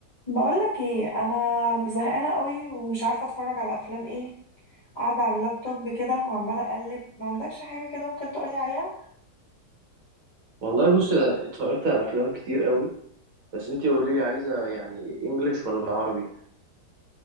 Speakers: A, on the left; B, on the right.
A: بقولك ايه انا زهقانه قوي ومش عارفه اتفرج على افلام ايه قاعده على اللابتوب كده وعماله اقلب ما عندكش حاجه كده ممكن تقولي عليها
B: والله بص اتفرجت على افلام كتير قوي بس انتي قولي لي عايزه يعني انجليش ولا عربي